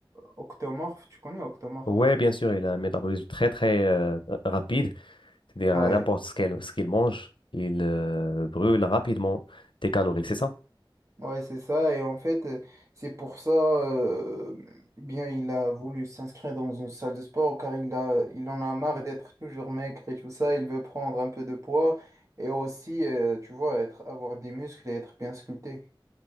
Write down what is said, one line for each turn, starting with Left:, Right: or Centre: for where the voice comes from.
Right: octomorphe, tu connais octomorphe?
Left: Ouais, bien sûr, il a un métabolisme très très euh, rapide, c'est-à-dire
Right: Ouais.
Left: à n'importe ce qu'elle- ce qu'il mange, il euh, brûle rapidement des calories, c'est ça?
Right: Ouais, c'est ça. Et en fait, euh, c'est pour ça, euh, bien, il a voulu s'inscrire dans une salle de sport car il a, il en a marre d'être toujours maigre et tout ça. Il veut prendre un peu de poids et aussi, euh, tu vois, être, avoir des muscles et être bien sculpté.